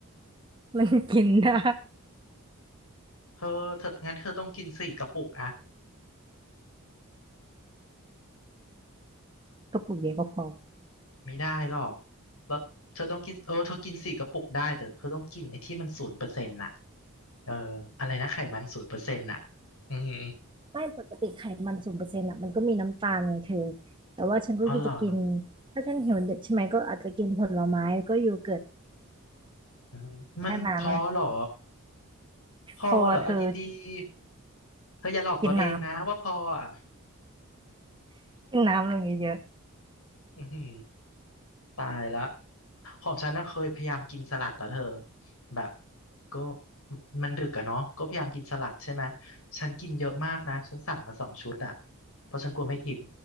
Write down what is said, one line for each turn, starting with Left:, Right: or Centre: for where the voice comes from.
Right: มันกินได้
Left: เธอเธองั้นเธอต้องกินสี่กระปุกอะ
Right: กระปุกเดียวก็พอ
Left: ไม่ได้หรอกแล้วเธอต้องกินเออเธอกินสี่กระปุกได้แต่เธอต้องกินไอ้ที่มันศูนย์เปอร์เซ็นต์น่ะเอออะไรนะไขมันศูนย์เปอร์เซ็นต์น่ะอืม
Right: ไม่ปกติไขมันศูนย์เปอร์เซ็นต์อ่ะมันก็มีน้ำตาลไงเธอแต่ว่าฉันก็จะกิน
Left: อ๋อเหรอ
Right: ถ้าฉันหิวเด็กใช่ไหมก็อาจจะกินผลไม้ก็โยเกิร์ต
Left: อืมมันพอเหรอ
Right: แค่นั้น
Left: พอเหรอเอาดี
Right: พอเธอ
Left: ๆเธออย่าหลอกตัวเองนะว่าพออ่ะ
Right: กินน้ำกินน้ำลงเยอะ
Left: <laughs> อือหือ ตายละของฉันน่ะเคยพยายามกินสลัดแต่เธอแบบก็มันดึกอะเนาะก็พยายามกินสลัดใช่ไหมฉันกินเยอะมากนะฉันสั่งมาสองชุดอะเพราะฉันกลัวไม่อิ่ม